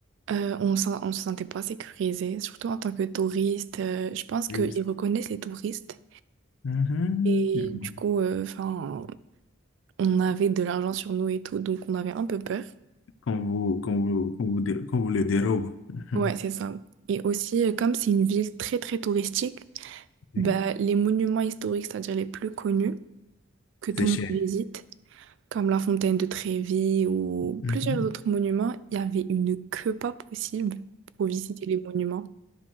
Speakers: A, on the right (about 65°); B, on the left (about 80°).
A: Euh, on s'en- on se sentait pas sécurisé, surtout en tant que touriste. Euh, je pense qu'ils
B: Oui,
A: reconnaissent les touristes.
B: Mhm.
A: Et
B: je-
A: du coup, euh, enfin, on avait de l'argent sur nous et tout, donc on avait un peu peur.
B: Qu'on vous, qu'on vous, qu'on vous, dé- qu'on vous le dérobe. Mhm.
A: Ouais, c'est ça. Et aussi, euh, comme c'est une ville très très touristique,
B: Oui.
A: bah, les monuments historiques, c'est-à-dire les plus connus que tout
B: C'est cher.
A: le monde visite, comme la fontaine de Trévi ou
B: Mhm.
A: plusieurs autres monuments, il y avait une queue pas possible pour visiter les monuments.